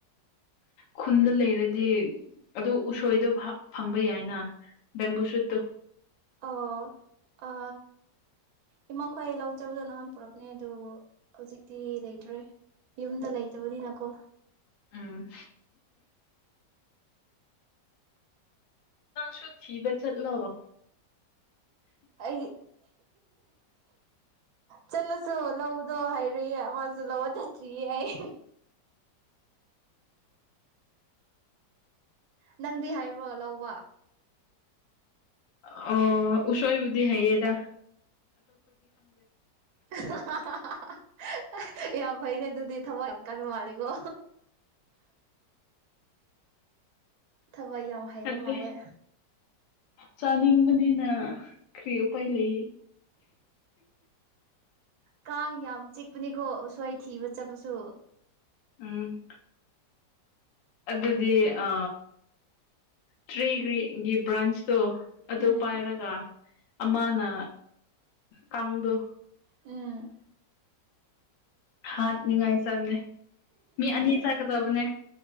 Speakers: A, on the left; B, on the right.
A: ꯈꯨꯟꯗ ꯂꯩꯔꯗꯤ ꯑꯗꯨ ꯎꯁꯣꯏꯗꯣ ꯐꯪꯕ ꯌꯥꯏꯅ ꯕꯦꯝꯕꯨ ꯁꯨꯠꯇꯣ
B: ꯑꯣ ꯑ ꯏꯃꯥꯈꯣꯏ ꯂꯧꯖꯕꯗꯣ ꯅꯪꯍꯟ ꯄꯨꯔꯔꯕꯅꯦ ꯑꯗꯨꯕꯨ ꯍꯧꯖꯤꯛꯇꯤ ꯂꯩꯇ꯭ꯔꯦ ꯌꯨꯝꯗ ꯂꯩꯇꯕꯅꯤꯅꯀꯣ
A: ꯎꯝ ꯁꯨꯣ ꯊꯤꯕ ꯆꯠꯂꯑꯣꯣ
B: ꯑꯩ ꯆꯠꯂꯁꯨ ꯂꯧꯗꯣ ꯍꯥꯏꯔꯨꯏꯌꯦ ꯑꯃꯁꯨ ꯂꯧꯕ ꯆꯠꯇ꯭ꯔꯤꯌꯦ ꯑꯩ ꯅꯪꯗꯤ ꯍꯥꯏꯔꯣ ꯂꯧꯕ
A: ꯑꯣ ꯎꯁꯣꯏꯕꯨꯗꯤ ꯍꯥꯏꯌꯦꯗ
B: <unintelligible> ꯌꯥꯝ ꯐꯩꯅꯦ ꯑꯗꯨꯗꯤ ꯊꯕꯛ ꯌꯥꯝ ꯀꯟꯕ ꯃꯥꯜꯂꯤꯀꯣ ꯊꯕꯛ ꯌꯥꯝ ꯍꯩꯕ
A: ꯅꯠꯇꯦ
B: ꯃꯥꯜꯂꯦ
A: ꯆꯥꯅꯤꯡꯕꯅꯤꯅ ꯀꯔꯤ ꯎꯄꯥꯏ ꯂꯩ
B: ꯀꯥꯡ ꯌꯥꯝ ꯆꯤꯛꯄꯅꯤꯀꯣ ꯎꯁꯣꯏ ꯊꯤꯕ ꯆꯠꯄꯁꯨ
A: ꯎꯝ ꯑꯗꯨꯗꯤ ꯑ ꯇ꯭ꯔꯤꯒ꯭ꯔꯤꯒꯤ ꯕ꯭ꯔꯥꯟꯁ ꯇꯣ ꯑꯗꯨ
B: ꯎꯝ
A: ꯄꯥꯏꯔꯒ ꯑꯃꯅ ꯀꯥꯡꯗꯣ
B: ꯎꯝ
A: ꯍꯥꯠꯅꯤꯉꯥꯏ ꯆꯕꯅꯦ ꯃꯤ ꯑꯅꯤ ꯆꯠꯀꯗꯕꯅꯦ